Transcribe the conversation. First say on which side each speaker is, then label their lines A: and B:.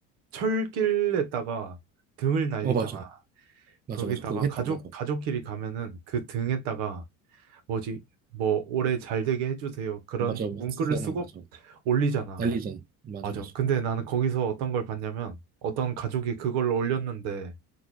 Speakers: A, on the right (about 70°); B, on the right (about 20°).
A: 철길에다가 등을 날리잖아.
B: 응. 어, 맞아.
A: 거기다가
B: 맞아, 맞아. 그거
A: 가족
B: 했다, 맞아.
A: 가족끼리 가면은 그 등에다가 뭐지 뭐 올해 잘 되게 해주세요 그런
B: 어, 맞아, 막
A: 문구를
B: 쓰잖아,
A: 쓰고
B: 맞아, 맞아.
A: 올리잖아.
B: 날리잖아. 맞아,
A: 맞아.
B: 맞아.
A: 근데 나는 거기서 어떤 걸 봤냐면 어떤 가족이 그걸 올렸는데